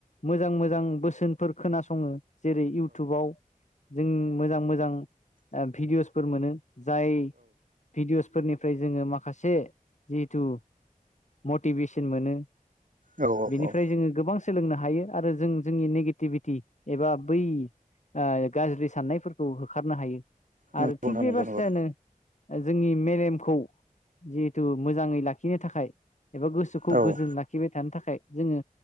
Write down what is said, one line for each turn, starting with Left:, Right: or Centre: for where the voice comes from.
Left: मोजां मोजां बोसोनफोर खोनासङो जेरै इउटुबाव जों मोजां मोजां भिडिय'सफोर मोनो जाय भिडिअ'स फोरनिफ्राय जोङो माखासे जिहेथु मटिभेसन मोनो।
Right: औ
Left: बेनिफ्राय
Right: औ औ
Left: जोङो गोबां सोलोंनो हायो आरो जों जोंनि नेगेटिभिटि एबा बै आ गाज्रि साननायफोरखौ होखारनो हायो आरो
Right: नंगौ
Left: थिग
Right: नोंथां
Left: बे
Right: नंगौ
Left: बासथायानो
Right: नंगौ
Left: जोंनि मेलेमखौ जिहेथु मोजाङै लाखिनो थाखाय एबा गोसोखौ
Right: औ
Left: गोजोन लाखिबाय थानो थाखाय जोङो